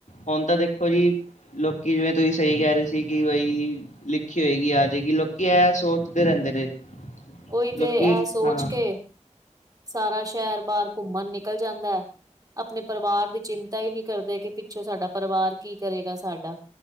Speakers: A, on the left (about 80°); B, on the right (about 30°).
A: ਹੁਣ ਤਾਂ ਦੇਖੋ ਜੀ। ਲੋਕੀ ਜਿਵੇਂ, ਤੁਸੀਂ ਸਹੀ ਕਹਿ ਰਹੇ ਸੀ, ਕਿ ਬਈ। ਲਿਖੀ ਹੋਏਗੀ ਆ ਜੇਗੀ ਲੋਕੀ ਐ ਸੋਚਦੇ ਰਹਿੰਦੇ ਨੇ।
B: ਉਈ 'ਤੇ
A: ਲੋਕੀ
B: ਐ ਸੋਚ
A: ਹਾਂ
B: ਕੇ, ਸਾਰਾ ਸ਼ਹਿਰ ਬਾਰ ਘੁੰਮਣ ਨਿਕਲ ਜਾਂਦੈ। ਆਪਣੇ ਪਰਿਵਾਰ ਦੀ ਚਿੰਤਾ ਈ ਨੀ ਕਰਦੇ ਕਿ ਪਿੱਛੋਂ ਸਾਡਾ ਪਰਿਵਾਰ ਕੀ ਕਰੇਗਾ ਸਾਡਾ।